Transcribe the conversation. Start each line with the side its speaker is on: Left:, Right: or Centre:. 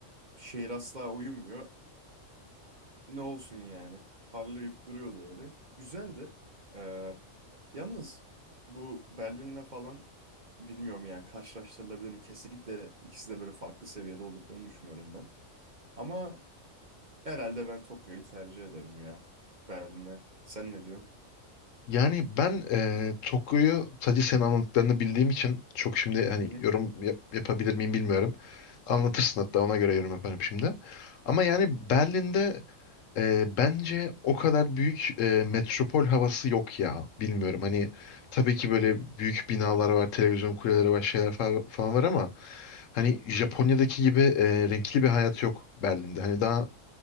Right: şehir asla uyumuyor. Ne olsun yani? Parlayıp duruyordu öyle. Güzeldi. Ee, Yalnız bu Berlin'le falan bilmiyorum yani karşılaştırılabilir mi? Kesinlikle ikisi de böyle farklı seviyede olduklarını düşünüyorum ben. Ama herhalde ben Tokyo'yu tercih ederim ya Berlin'e. Sen ne diyorsun?
Left: Yani ben eee Tokyo'yu sadece senin anlattıklarını bildiğim için çok şimdi hani
Right: Hı hı.
Left: yorum yap- yapabilir miyim bilmiyorum. Anlatırsın hatta ona göre yorum yaparım şimdi. Ama yani Berlin'de eee, bence o kadar büyük eee, metropol havası yok ya. Bilmiyorum hani tabii ki böyle büyük binalar var, televizyon kuleleri var, şeyler fa- falan, var ama hani Japonya'daki gibi eee, renkli bir hayat yok Berlin'de. Hani daha